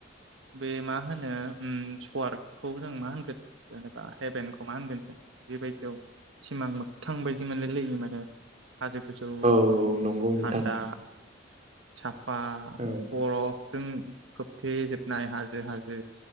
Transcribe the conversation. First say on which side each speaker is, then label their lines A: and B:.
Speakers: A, on the right (about 80°); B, on the right (about 40°).
A: बे मा होनो ओ‌म सवार्कखौ जों मा होनगोन जेनेबा हेभेनखौ मा होनगोन जों बेबायदियाव सिमां मोगथां बायदि मोनलायलायो माने। हाजो गोजौआव
B: औ नंगौ नोंथां
A: थान्दा सा पा
B: औ
A: बर'ब जों खोबथे जोब नाय हाजो हाजो